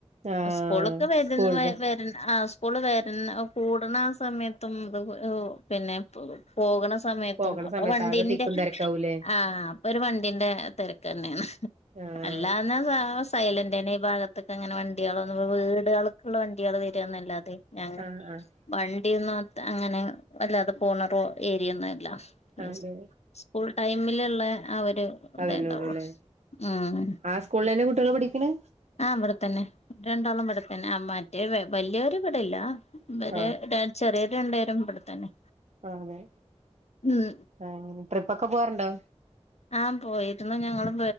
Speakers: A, on the right; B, on the left.
A: ആഹ്
B: സ്കൂളൊക്കെ വരുന്നവെ
A: സ്കൂൾ ബസ്
B: വര്ണ ആഹ് സ് സ്കൂൾ വര്ണ ഒ കൂട്ണ ആഹ് സമയത്തും <unintelligible> പിന്നെ പോകണ സമയത്തും
A: പോകണ
B: അപ്പൊ
A: സമയത്ത്
B: വണ്ടീന്റെ
A: ആകെ തിക്കും തിരക്കാവൂലേ
B: ആഹ് ഒരു വണ്ടിന്റെ തിരക്കെന്നെണ്
A: ആഹ്
B: അല്ലാഞ്ഞ സാ സൈലന്റ്ന്നെ ഈ ഭാഗത്തൊക്കെ അങ്ങനെ വണ്ടികളന്നും വീടുകൾക്കുള്ള വണ്ടികൾ വരന്നല്ലാതെ ഞങ്ങ
A: ആഹ് ആഹ്
B: വണ്ടിയൊന്നും അത് അങ്ങനെ വല്ലാതെ പോണ റോ ഏരിയൊന്നും അല്ല
A: അതെ
B: ഇസ് സ്കൂൾ ടൈമിലുള്ള ആ ഒരു
A: അതന്നെ
B: ഇതെണ്ടാവുള്ളു
A: ഉള്ളൂല്ലേ
B: ആഹ്
A: ആ സ്കൂൾളെന്നെ കുട്ടികള് പഠിക്ണേ?
B: ആഹ് ഇവിടെത്തന്നെ രണ്ടാളും ഇവിടെ തന്നെ ആഹ് മറ്റേ വെ വല്യൊര് ഇവിട ല്ല വരെ
A: ആഹ്
B: ടെ ചെറിയോര് രണ്ടേരും ഇവിടെത്തന്നെ
A: ആഹ് അതെ
B: ഉം
A: ആങ്ങനെ ട്രിപ്പൊക്കെ പോവാറുണ്ടോ?
B: ആഹ് പോയിരുന്നു. ഞങ്ങള്